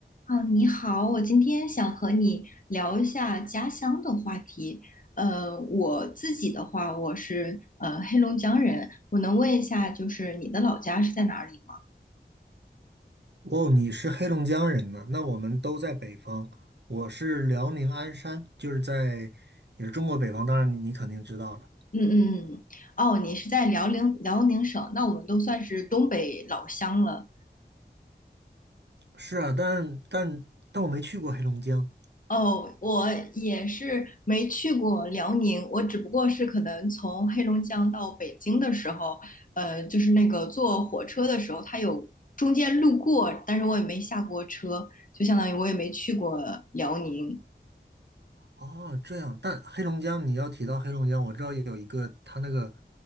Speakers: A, on the left; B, on the right.
A: 啊，你好，我今天想和你聊一下家乡的话题。呃，我自己的话，我是呃黑龙江人，我能问一下，就是你的老家是在哪里吗？
B: 哦，你是黑龙江人呢？那我们都在北方。我是辽宁鞍山，就是在也是中国北方，当然你肯定知道了。
A: 嗯嗯嗯，哦，你是在辽宁辽宁省，那我们都算是东北老乡了。
B: 是啊，但但但我没去过黑龙江。
A: 哦，我也是没去过辽宁，我只不过是可能从黑龙江到北京的时候，呃，就是那个坐火车的时候，它有中间路过，但是我也没下过车，就相当于我也没去过辽宁。
B: 哦，这样，但黑龙江你要提到黑龙江，我知道有一个他那个